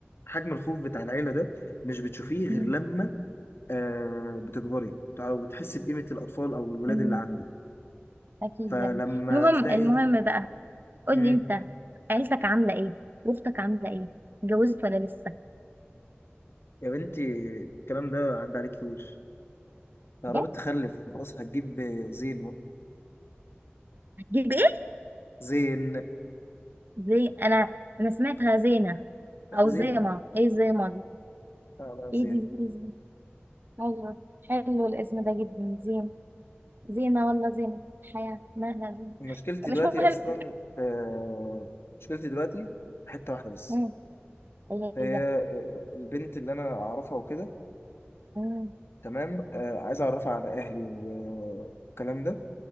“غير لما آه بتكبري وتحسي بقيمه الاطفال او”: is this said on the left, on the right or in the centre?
Left